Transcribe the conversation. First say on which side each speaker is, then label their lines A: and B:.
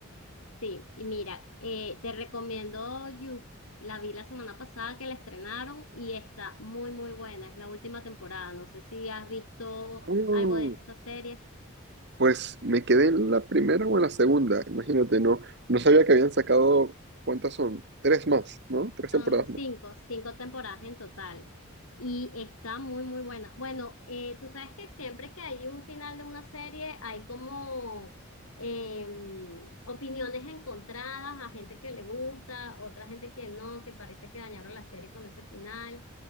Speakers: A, on the left; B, on the right.
A: Sí, y mira, eh, te recomiendo You. La vi la semana pasada que la estrenaron y está muy, muy buena. Es la última temporada. No sé si has visto
B: Mm,
A: algo de esa serie.
B: pues me quedé en la primera o en la segunda, imagínate, no, no sabía que habían sacado, ¿cuántas son? Tres más, ¿no? Tres
A: Son
B: temporadas
A: cinco,
B: más.
A: cinco temporadas en total. Y está muy, muy buena. Bueno, eh, tú sabes que siempre que hay un final de una serie hay como em, opiniones encontradas, a gente que le gusta, otra gente que no, que parece que dañaron la serie con ese final.